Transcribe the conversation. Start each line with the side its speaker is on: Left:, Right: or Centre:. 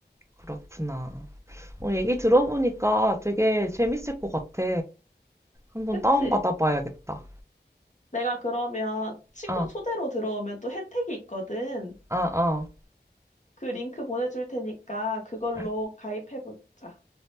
Right: 그렇구나. 어, 얘기 들어보니까 되게 재밌을 것 같아. 한번
Left: 그치?
Right: 다운받아 봐야겠다.
Left: 내가 그러면 친구
Right: 아,
Left: 초대로 들어오면 또 혜택이 있거든.
Right: 아, 아.
Left: 그 링크 보내줄 테니까 그걸로
Right: 아,
Left: 가입해보자.